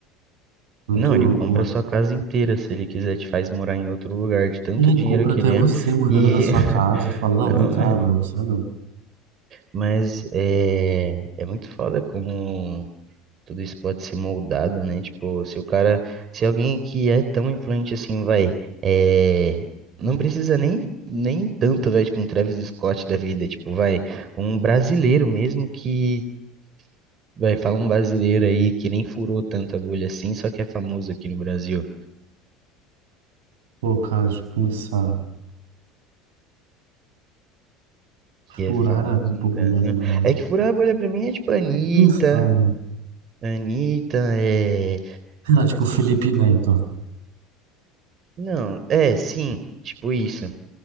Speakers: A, on the right (about 85°); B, on the right (about 40°).
A: Muito
B: Não,
A: louco,
B: ele compra
A: mano.
B: a sua casa inteira, se ele quiser, te faz morar em outro lugar, de tanto
A: E Ele
B: dinheiro
A: compra
B: que
A: até
B: ele
A: você
B: é.
A: morando
B: E.
A: na sua
B: <laughs>
A: casa, fala, não,
B: Não,
A: vem cá
B: é.
A: agora, você não.
B: Mas é, é muito foda como tudo isso pode ser moldado, né? Tipo, se o cara, se alguém que é tão influente assim, vai, é, não precisa nem, nem tanto, vai, tipo, um Travis Scott da vida, tipo, vai, um brasileiro mesmo que, vai, fala um brasileiro aí que nem furou tanto a bolha assim, só que é famoso aqui no Brasil,
A: Pô, cara, deixa eu pensar.
B: que
A: Furar
B: é famoso
A: a bolha,
B: no Brasil.
A: mano.
B: É que furar a bolha pra mim é tipo Anitta,
A: Pensar.
B: Anitta, é...
A: Cara, tipo, Felipe Neto.
B: Não, é, sim, tipo isso.